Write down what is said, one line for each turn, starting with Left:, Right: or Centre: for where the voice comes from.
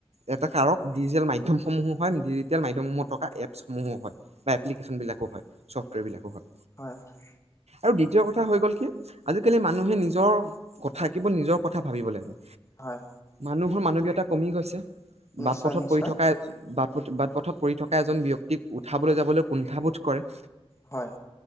Right: এটা কাৰক ডিজিটেল মাধ্যম সমূহো হয় ডিজিটেল মাধ্যম সমূহ থকা এপছসমূহো হয়। বা এপ্লিকেশচন বিলাকো হয়। ছফ্ৱেৰ বিলাকো হয়।
Left: হয় হয়।
Right: আৰু দ্বিতীয় কথা হৈ গ'ল কি আজিকালি মানুহে নিজৰ কথা কেৱল নিজৰ কথা ভাবিবলৈ লয়।
Left: হয়।
Right: মানুহৰ মানৱীয়তা কমি গৈছে।
Left: নিশ্চয়
Right: বাট পথত
Left: নিশ্চয়
Right: পৰি থকা বাট বাট পথত পৰি থকা এজন ব্যক্তিক উঠাবলৈ যাবলৈ কুণ্ঠাবোধ কৰে।
Left: হয়